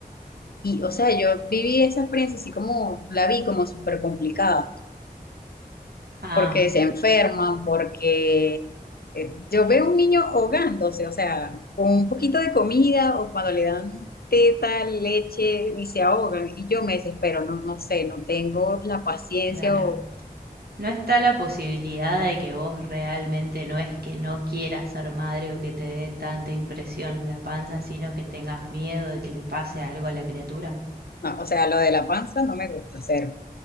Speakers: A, on the left; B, on the right.
A: y, o sea, yo viví esa experiencia así como, la vi como súper complicada,
B: ah,
A: porque se enferman, porque eh, yo veo un niño ahogándose, o sea, con un poquito de comida o cuando le dan teta, leche y se ahogan. Y yo me desespero, no, no sé, no tengo la paciencia
B: claro.
A: o,
B: ¿No está la posibilidad de que vos realmente no es que no quieras ser madre o que te dé tanta impresión la panza, sino que tengas miedo de que le pase algo a la criatura?
A: no, o sea, lo de la panza no me gusta, cero.